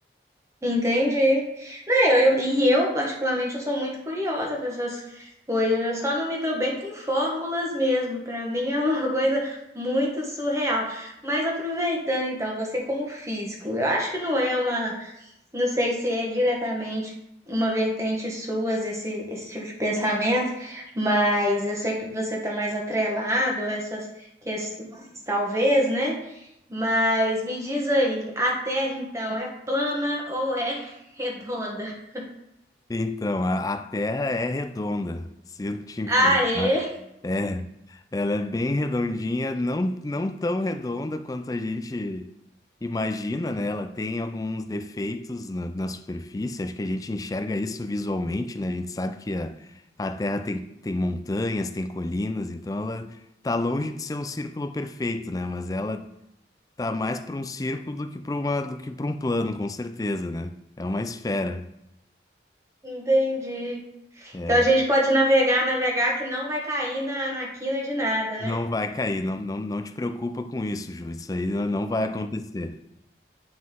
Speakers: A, on the right; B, on the left.
A: Entendi. Não, eu, eu- e eu, particularmente, eu sou muito curiosa com essas coisas. Eu só não me dou bem com fórmulas mesmo. Para mim é uma <laughs> coisa muito surreal. Mas aproveitando, então, você como físico, eu acho que não é uma, não sei se é diretamente uma vertente sua esse, esse tipo de pensamento, mas eu sei que você está mais atrelado a essas questões, talvez, né? Mas me diz aí, a Terra então é plana ou é redonda? <laughs>
B: Então, a, a Terra é redonda, sinto te informar.
A: Aê!
B: É, Ela é bem redondinha, não, não tão redonda quanto a gente imagina, né? Ela tem alguns defeitos na, na superfície, acho que a gente enxerga isso visualmente, né? A gente sabe que a, a Terra tem, tem montanhas, tem colinas, então ela tá longe de ser um círculo perfeito, né? Mas ela tá mais para um círculo do que para uma do que para um plano, com certeza, né? É uma esfera.
A: Entendi.
B: É,
A: Então a gente pode navegar, navegar que não vai cair na, na quina de nada, né?
B: Não vai cair, não, não, não te preocupa com isso, Ju. Isso aí não não vai acontecer.